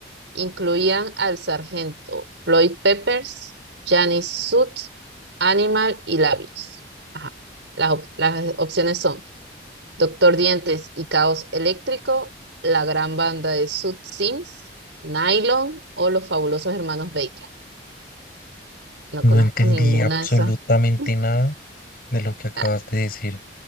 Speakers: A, on the right (about 85°); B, on the left (about 50°).
A: Incluían al sargento Floyd Peppers, Janis Soot, Animal y Labios. Ajá. Las, op- las opciones son Doctor Dientes y Caos Eléctrico, la gran banda de Soot Sims, Nylon o los fabulosos hermanos Baker. No
B: No
A: conozco
B: entendí
A: ninguna
B: absolutamente
A: de esas. <laughs>
B: nada de lo que acabas
A: Ah,
B: de decir.